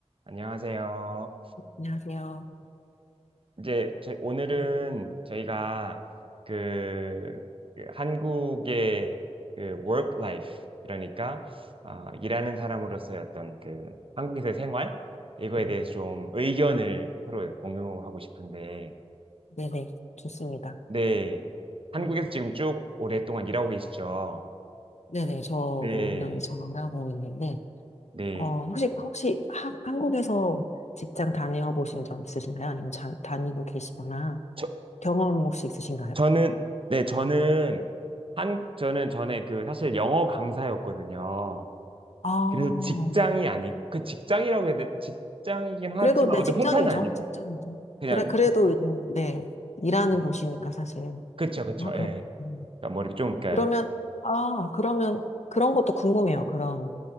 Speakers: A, on the right; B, on the left.
A: 안녕하세요.
B: 안녕하세요.
A: 이제 저희- 오늘은
B: 음,
A: 저희가 그, 그 한국의 그 work life 그러니까 아, 일하는 사람으로서의 어떤 그 한국에서의 생활 이거에
B: 음.
A: 대해서 좀 의견을 서로 공유하고 싶은데
B: 네네, 좋습니다.
A: 네 한국에서
B: 음.
A: 지금 쭉 오랫동안 일하고 계시죠?
B: 네네, 저도
A: 네,
B: 여기 전공하고 있는데,
A: 네.
B: 어, 혹시, 혹시 하, 한국에서 직장 다녀 보신 적 있으신가요? 아니면 자, 다니고 계시거나
A: 저,
B: 경험 혹시 있으신가요?
A: 저는 네 저는 한 저는 전에 그 사실 영어 강사였거든요.
B: 아,
A: 그래서 직장이
B: 네.
A: 아니고 그 직장이라고 해야 돼 직장이긴 하지만
B: 그래도 네,
A: 어떤
B: 직장이죠.
A: 회사는 아니고
B: 직장이죠.
A: 그냥
B: 그래, 그래도 이제, 네, 일하는
A: 네.
B: 곳이니까 사실.
A: 그쵸 그쵸
B: 아, 그렇군요.
A: 예 그러니까 뭐 이렇게 좀 그러니까
B: 그러면, 아, 그러면 그런 것도 궁금해요. 그럼.